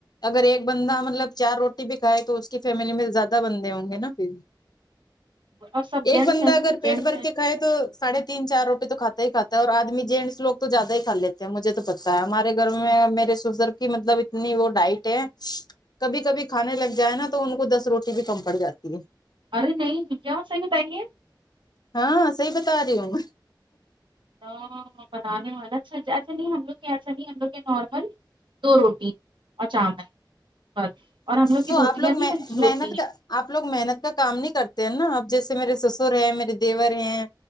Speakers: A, on the left; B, on the right.
A: اگر ایک بندہ مطلب چار روٹی بھی کھائے تو اس کی فیملی میں زیادہ بندے ہوں گے نا پھر
B: اور سب
A: ایک
B: جینس
A: بندہ
B: ہیں
A: اگر
B: جینس
A: پیٹ بھر
B: ہیں
A: کے کھائے تو ساڑھے تین چار روٹی تو کھاتا ہی کھاتا ہے اور آدمی جینٹس لوگ تو زیادہ ہی کھا لیتے ہیں مجھے تو پتتا ہے ہمارے گھر میں میرے سزر کی مطلب اتنی وہ ڈائٹ ہے کبھی کبھی کھانے لگ جائے نا تو ان کو دس روٹی بھی کم پڑ جاتی ہے
B: ارے نہیں کیا صحیح بتائیے
A: ہاں صحیح بتا رہی ہوں
B: تو بنانے والا اچھا ایسا نہیں ہم لوگ ایسا نہیں ہم لوگ کے نارمل دو روٹی اور چاول اور اور ہم لوگ
A: تو
B: کی
A: آپ
B: روٹیاں بھی
A: میں
B: ان کی ہوتی
A: محنت
B: ہیں
A: کا آپ لوگ محنت کا کام نہیں کرتے ہیں نا اب جیسے میرے سسر ہیں میرے دیور ہیں